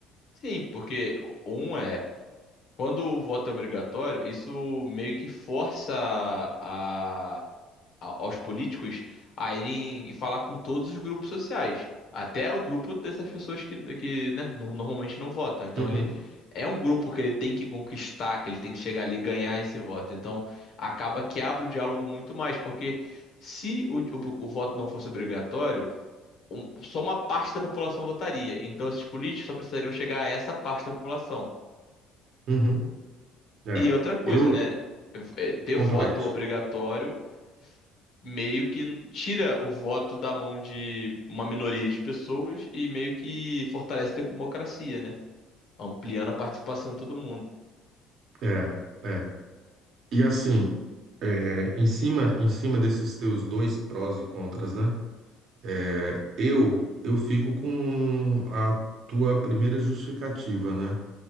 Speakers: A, on the left; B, on the right.
A: Sim, porque um é, quando o voto é obrigatório, isso meio que força a a- aos políticos a irem falar com todos os grupos sociais, até o grupo dessas pessoas que, que né, no- normalmente não votam. Então
B: Uhum,
A: ele é um grupo que ele tem que conquistar, que ele tem que chegar ali e ganhar esse voto. Então acaba que abre o diálogo muito mais, porque se o, o- o voto não fosse obrigatório, um- só uma parte da população votaria. Então esses políticos só precisariam chegar a essa parte da população.
B: uhum. É,
A: E outra coisa,
B: eu
A: né? É, ter
B: complete.
A: voto obrigatório meio que tira o voto da mão de uma minoria de pessoas e meio que fortalece a democracia, né? Ampliando a participação de todo mundo.
B: É, é. E assim, é, em cima, em cima desses teus dois prós e contras, né? É, eu, eu fico com a tua primeira justificativa, né?